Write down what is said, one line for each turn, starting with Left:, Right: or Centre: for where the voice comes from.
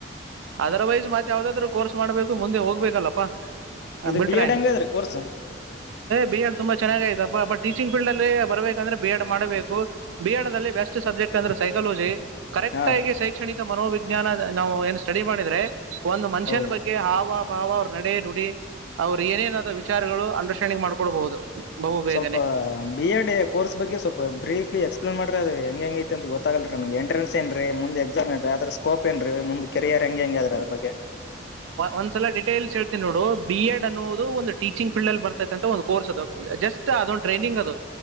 Right: otherwise. ಮತ್ ಯಾವ್ದಾದ್ರು ಕೋರ್ಸ್ ಮಾಡ್ಬೇಕು ಮುಂದೆ ಹೋಗ್ಬೇಕಲ್ಲಪ್ಪಾ. ಹ
Left: ಇದು
Right: ಬಿಟ್ರ
Left: ಬಿ ಎಡ್
Right: ಹೆಂಗ
Left: ಹೆಂಗದ್ರಿ ಕೋರ್ಸ್
Right: ಬಿ ಆಡ್ ತುಂಬಾ ಚೆನ್ನಾಗಯತಪ್ಪ ಬಟ್. ಟೀಚಿಂಗ್ ಫೀಲ್ಡ ಅಲ್ಲಿ ಬರಬೇಕಂದ್ರೆ ಬಿ ಎಡ್ ಮಾಡಬೇಕು ಬಿ ಎಡ್ ಅಲ್ಲಿ ಬೆಸ್ಟ್ ಸಬ್ಜೆಕ್ಟ್ ಅಂದರೆ ಸೈಕಾಲಜಿ. ಕರೆಕ್ಟ್
Left: ಹಾ
Right: ಆಗಿ
Left: ರೀ
Right: ಶೈಕ್ಷಣಿಕ ಮನೋವಿಜ್ಞಾನ ನಾವು ಏನ್ ಸ್ಟಡಿ ಮಾಡಿದ್ರೆ. ಒಂದು ಮನುಷ್ಯನ
Left: ಹೌದು
Right: ಬಗ್ಗೆ ಹಾವ. ಭಾವ ಅವ್ರ ನಡೆ ನುಡಿ ಅವರು ಏನೇನಾದ ವಿಚಾರಗಳು ಅಂಡರ್ಸ್ಟ್ಯಾಂಡಿಂಗ್ ಮಾಡ್ಕೊಳ್ಬಹುದು. ಬಹು ಬೇಗನೆ
Left: ಸ್ವಲ್ಪ ಬಿ ಎಡ್ ಕೋರ್ಸ್. ಬಗ್ ಸ್ವಲ್ಪ ಬೀಫಲಿ ಎಕ್ಸ್ಲೇನ್ ಮಾಡ್ರ ಅದು ಹೆಂಗ ಹೆಂಗ ಐತಿ ಅ ಗೊತ್ತಾಗಲ್ರಿ ನನ್ಗೆ ಎಂನ್ ಏನ್ರಿ ಮುಂದ ಎಕ್ಸಾಮ ನ್ರಿ ಅ್ರ. ಸ್ಕೋಪ್ ಏನ್ರೀ ಮುಂದ್ ಕೆರಿಯರ್ ಹೆಂಗೆ ಹೆಂಗ್ಯದ್ರೀ ಅದ ಬಗ್ಗೆ.
Right: ಒಂದ್ಸಲ ಡೀಟೇಲ್ಸ್ ಹೇಳ್ತೀನಿ ನೋಡು ಬಿ ಎಡ್ ಅನ್ನುವುದು ಒಂದು ಟೀಚಿಂಗ್ ಫೀಲ್ ಅಲ್ಲಿ ಬರ್ತಕ್ಕಂಂತ ಒಂದು ಕೋರ್ಸ್ ಅದಾಗ. ಜಸ್ಟ್ ಅದೊಂದು ಟ್ರೈನಿಂಗ್ ಅದು